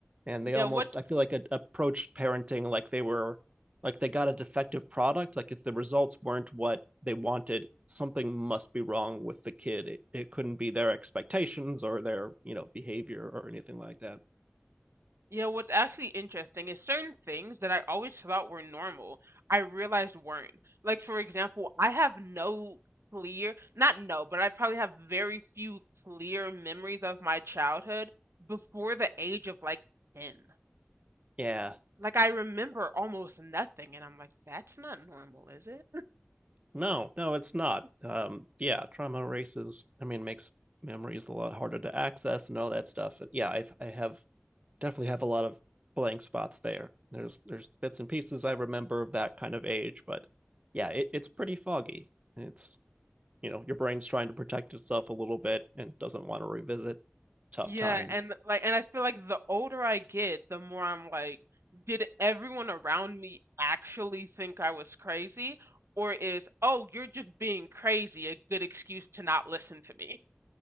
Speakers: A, on the right; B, on the right.
A: And they
B: Yeah,
A: almost,
B: what
A: I feel like, ad- approached parenting like they were, like they got a defective product. Like if the results weren't what they wanted, something must be wrong with the kid. It, it couldn't be their expectations or their, you know, behavior or anything like that.
B: yeah, what's actually interesting is certain things that I always thought were normal, I realized weren't. Like for example, I have no clear, not no, but I probably have very few clear memories of my childhood before the age of like 10.
A: Yeah.
B: Like, I remember almost nothing, and I'm like, that's not normal, is it?
A: No, no, it's not.
B: <laughs>
A: Um, yeah, trauma erases, I mean, makes memories a lot harder to access and all that stuff. And yeah, I've, I have definitely have a lot of blank spots there. There's there's bits and pieces I remember of that kind of age, but yeah, it, it's pretty foggy. It's you know your brain's trying to protect itself a little bit and doesn't want to revisit tough
B: Yeah,
A: times.
B: and like, and I feel like the older I get, the more I'm like, did everyone around me actually think I was crazy? Or is, oh, you're just being crazy, a good excuse to not listen to me?